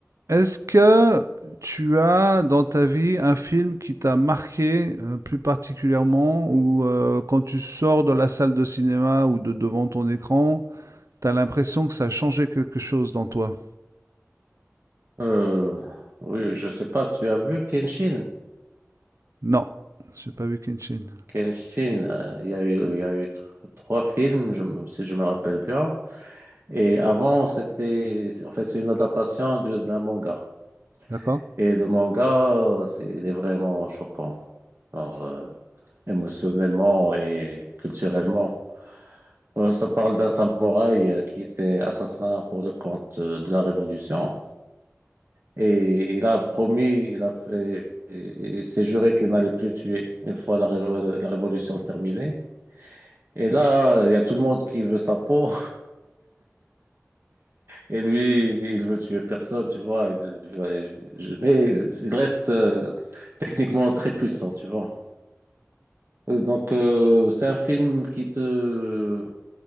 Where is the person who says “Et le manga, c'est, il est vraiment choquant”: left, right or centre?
Right